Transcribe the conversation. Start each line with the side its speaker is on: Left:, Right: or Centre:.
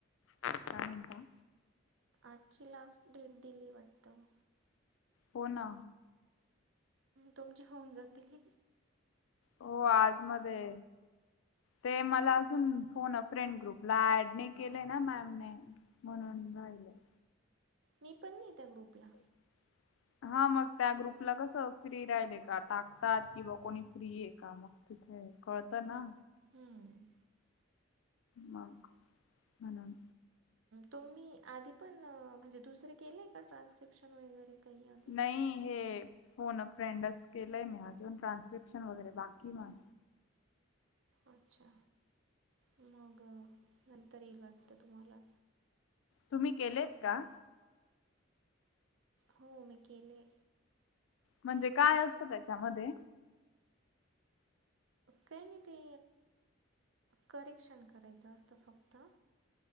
Left: <unintelligible> काय म्हणता.
Right: आजची लास्ट डेट दिली वाटतं?
Left: हो ना.
Right: तुमची होऊन जातील.
Left: हो आजमध्ये ते मला अजून फोन फ्रेंड ग्रुपला ऍड नाही केले ना मॅमने. म्हणून राहील आहे.
Right: मी पण नाही ते ग्रुपला.
Left: <unintelligible> हा मग त्या ग्रुपला कस फ्री राहिलय का टाकतात कि ब कोणी फ्री आहे का मग. तिथ आहे कळतंय ना.
Right: हम्म.
Left: मग म्हणून.
Right: तुम्ही आधी पण म्हणजे दुसरे केलेय का ट्रान्स्क्रिप्शन वगैरे काही आधी?
Left: नाही हे फोन फ्रेंडच केलंय मी अजून ट्रान्स्क्रिप्शन वगैरे बाकी माझ.
Right: अच्छा मग नंतर येईल वाटतं तुम्हाला.
Left: तुम्ही केलेत का?
Right: हो मी केले.
Left: म्हणजे काय असतं त्याच्यामध्ये
Right: काय नाही ते करेक्शन करायचं असतं फक्त